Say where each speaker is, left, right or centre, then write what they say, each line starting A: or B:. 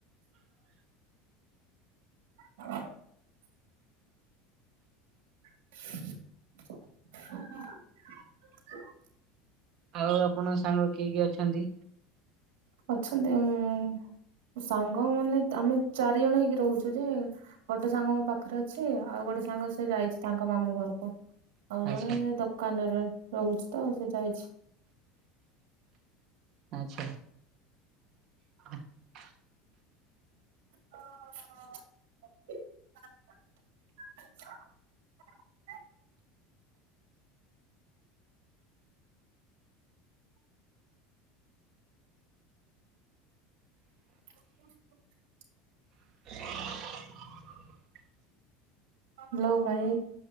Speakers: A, on the right; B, on the right.
A: ହଁ ହ <inaudible>
B: ଆଉ ଆପଣଙ୍କ ସାଙ୍ଗ କିଏ କିଏ ଅଛନ୍ତି?
A: ଅଛନ୍ତି ଉଁ ସାଙ୍ଗ ମାନେ ତ ଆମେ ଚାରିଜଣ ହେଇକି ରହୁଚୁ ଯେ। ଗୋଟେ ସାଙ୍ଗ ମୋ ପାଖରେ ଅଛି ଆଉ ଗୋଟେ ସାଙ୍ଗ ସେ ଯାଇଚି ତାଙ୍କ ମାମୁଁ ଘରକୁ ଆଉ
B: ଆଚ୍ଛା
A: ଜଣେ ଦୋ କାନରେ ରହୁଚି ତ ସେ ଯାଇଛି।
B: ଆଚ୍ଛା। ହ <inaudible>
A: ଓ <inaudible> <inaudible> ହ <inaudible>
B: ହ <inaudible>
A: ହାଲୋ ଭାଇ।